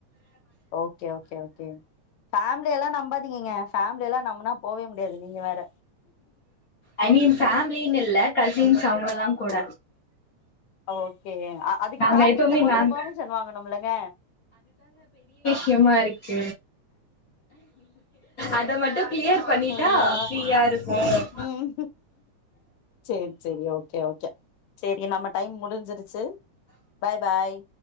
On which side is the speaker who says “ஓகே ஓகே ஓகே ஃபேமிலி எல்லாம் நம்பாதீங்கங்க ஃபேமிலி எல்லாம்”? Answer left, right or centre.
Left